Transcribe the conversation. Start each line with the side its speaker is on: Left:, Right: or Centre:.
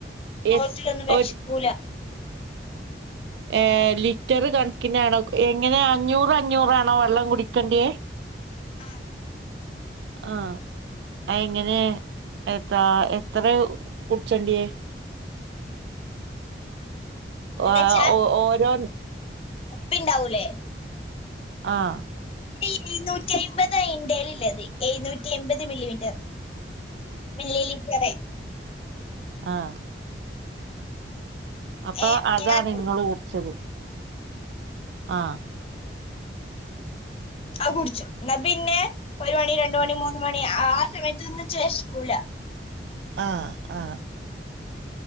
Right: എത്
Left: മണി ഒന്ന്
Right: ഒരു
Left: വിശക്കൂല
Right: ഏ ലിറ്റർ കൺക്കിനാണോ ക് എങ്ങനെ അഞ്ഞൂറ് അഞ്ഞൂറാണോ വെള്ളം കുടി ക്കണ്ടിയേ
Left: ആഹ്
Right: ആഹ് അഇങ്ങനെ എത്രാ എത്ര കുട്ച്ചണ്ടിയേ? ഒ
Left: എന്നുവെച്ചാ
Right: ആ ഓ ഓരോൻ
Left: പ്പിണ്ടാവൂലേ?
Right: ആഹ്
Left: എ എഴുന്നൂറ്റി അയ്മ്പതാ ഇന്റെലിള്ളത്. എഴുന്നൂറ്റി എമ്പത് മില്ലിമിറ്റർ മില്ലിലിറ്ററ്
Right: ആഹ് അപ്പൊ
Left: ഏ
Right: അതാണ്
Left: ഞാൻ
Right: ങ്ങള് കുട്ച്ചത് ആ
Left: അഹ് കുടിച്ചു. ന്ന ബിന്നെ ഒരു മണി രണ്ട് മണി മൂന്ന് ന്ന് മണി ആ സമയത്ത്ന്ന് ച്ച് വെശ്ക്കുല്ല
Right: ആ ആ